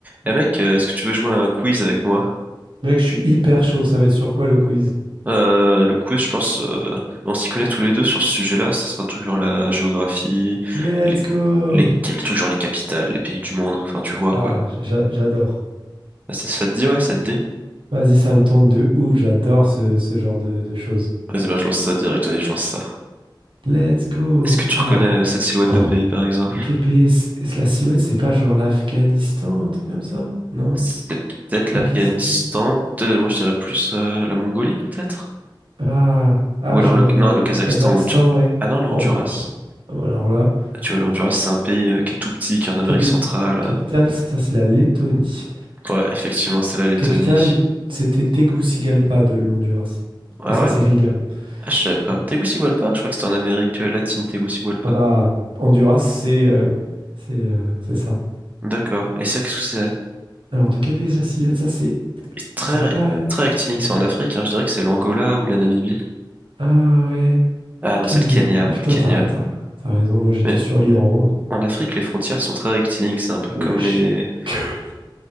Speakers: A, on the right; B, on the right.
A: Eh mec, euh, est-ce que tu veux jouer à un quiz avec moi?
B: Mec, je suis hyper chaud. Ça va être sur quoi le quiz?
A: Euh, le quiz, je pense, euh, on s'y connaît tous les deux sur ce sujet-là. Ça sera un truc genre la géographie,
B: Let's
A: les,
B: go!
A: les, quels trucs genre les capitales, les pays du monde. Enfin, tu vois
B: Ah,
A: quoi.
B: j'a- j'adore.
A: Ah, Ça, ça te dit, ouais, ça te dit?
B: Vas-y, ça me tente de ouf. J'adore ce, ce genre de, de choses.
A: Vas-y, ben, je lance ça direct. Allez, je lance ça.
B: Let's go!
A: Est-ce que tu
B: Alors,
A: reconnais euh, cette silhouette de
B: Oh.
A: pays, par exemple?
B: de quel pays est-ce est-ce la silhouette? C'est pas genre l'Afghanistan, un truc comme ça? Non,
A: C'est peut-être l'Afghanistan.
B: Pakistan.
A: Peut-être, moi, je dirais plus euh, la Mongolie, peut-être?
B: Ah, ah
A: Ou alors
B: genre
A: le,
B: euh,
A: non, le Kazakhstan
B: Kazakhstan,
A: ou le Turc.
B: ouais.
A: Ah non, le Honduras.
B: Oh, bah. pff. Ah bah Alors là,
A: Ah, Tu vois, le Honduras, c'est un pays euh, qui est tout petit, qui est en Amérique
B: capi-
A: centrale. euh,
B: capitale, ça ça, c'est la Lettonie.
A: Ouais, effectivement, c'est la Lettonie.
B: Capitale, c'était Tegucigalpa de l'Honduras.
A: Ah
B: Et ça,
A: ouais?
B: c'est Riga.
A: Ah, je savais pas.
B: Ouais.
A: Tegucigalpa? Je crois que c'était en Amérique euh, latine, Tegucigalpa.
B: Ah bah, Honduras, c'est euh, c'est euh, c'est ça.
A: D'accord. Et ça, qu'est-ce que c'est?
B: Alors, de quel pays c'est la silhouette? Ça, c'est.
A: Et Très,
B: Je sais pas.
A: ré-
B: hein.
A: très rectiligne,
B: Attends.
A: c'est en Afrique, hein. Je dirais que c'est l'Angola ou la Namibie.
B: Ah ouais.
A: Ah non,
B: Kenya.
A: c'est le Kenya,
B: Ah putain,
A: le Kenya.
B: t'as t'as, t'as raison. Moi, j'étais
A: Mais
B: sur l'Iran. donc-
A: en Afrique, les frontières sont très rectilignes, c'est un peu
B: Wesh.
A: comme les...
B: <laughs>